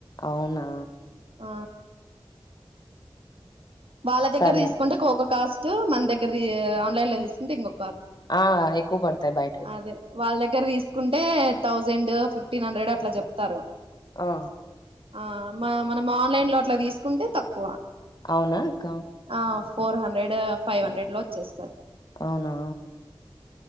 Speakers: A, on the left; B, on the right.
A: అవునా
B: ఆ వాళ్ళ దగ్గర
A: సరే
B: తీసుకుంటే కోక కాస్ట్ టు మన దగ్గరిది ఆన్లైన్ ల తీసుకుంటే ఇంగో
A: ఆ ఎక్కువ పడతాయి బయటయితే
B: అదే వాళ్ళ దగ్గర తీసుకుంటే థౌజండ్ ఫిఫ్టీన్ హండ్రెడ్ అట్ల చెప్ ప్తరు
A: ఆ
B: ఆ మనం మనం ఆన్లైన్ లో అట్లా తీసుకుంటే తక్కువ
A: అవునా అక్క
B: ఆ ఫోర్ హండ్రెడ్ ఫైవ్ హండ్రెడ్ లో వచ్చేస్తది
A: అవునా